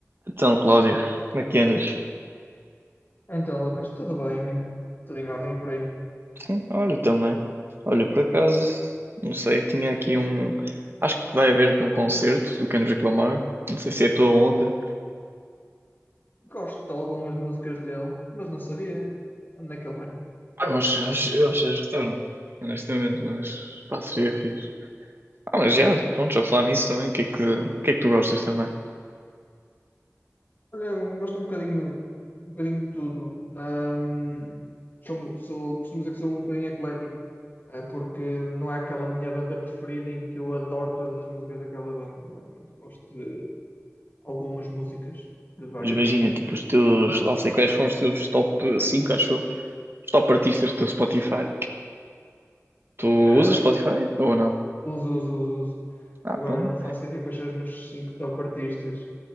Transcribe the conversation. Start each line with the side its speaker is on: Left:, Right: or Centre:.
Right: Então, Cláudio, como é que andas?
Left: Então, Lucas, tudo bem? Tudo em ordem e por aí.
Right: Sim, olha, também. Olha, por acaso, não sei, tinha aqui um. Acho que vai haver aqui um concerto do Kendrick Lamar. Não sei se é a tua onda.
Left: Gosto de algumas músicas dele, mas não sabia onde é que ele vai.
Right: Ah, eu acho, acho, eu acho que já escutaram, honestamente, mas pá, seria fixe. Ah, mas já, pronto, já falar nisso também. O que é que, o que é que tu gostas também?
Left: Olha, eu gosto um bocadinho, um bocadinho de tudo. Ahm, sou, sou- costumo dizer que sou um bocadinho eclético, eh, porque não é aquela minha banda preferida em que eu adoro todas as músicas daquela banda. Normalmente gosto de algumas músicas de várias
Right: Mas imagina,
Left: bandas.
Right: tipo, os teus. Lá sei quais foram os teus top 5, acho eu. Os top artistas do teu Spotify. Tu usas
Left: Eh,
Right: Spotify ou não?
Left: Uso, uso, uso, uso.
Right: Ah,
Left: Agora
Right: então.
Left: não faço ideia quais são os meus cinco top artistas.